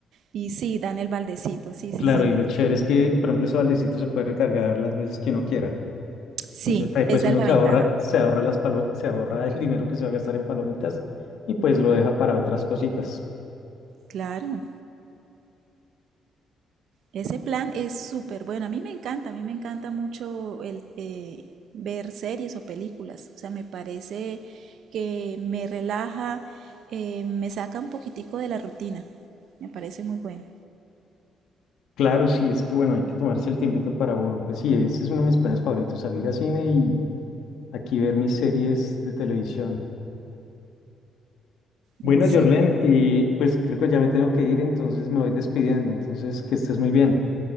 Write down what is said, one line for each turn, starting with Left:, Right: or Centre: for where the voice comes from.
Right: Y sí, dan el baldecito, sí, sí,
Left: Claro,
Right: sí,
Left: y
Right: muy...
Left: lo chévere es que, por ejemplo, ese baldecito se puede recargar las veces que uno quiera.
Right: Sí,
Left: Entonces ahí pues
Right: esa
Left: uno
Right: es la
Left: se
Right: ventaja,
Left: ahorra, se ahorra las palo- se ahorra el dinero que se va a gastar en palomitas y pues lo deja para otras cositas.
Right: claro. Ese plan es súper bueno. A mí me encanta, a mí me encanta mucho el eh, ver series o películas. O sea, me parece que me relaja, eh, me saca un poquitico de la rutina. Me parece muy bueno.
Left: Claro, sí, es que bueno, hay que tomarse el tiempito para uno. Pues sí, ese es uno de mis planes favoritos, salir a cine y aquí ver mis series de televisión. Bueno,
Right: Mm, Sí.
Left: Jorlen, y pues creo que ya me tengo que ir, entonces me voy despidiendo. Entonces, que estés muy bien.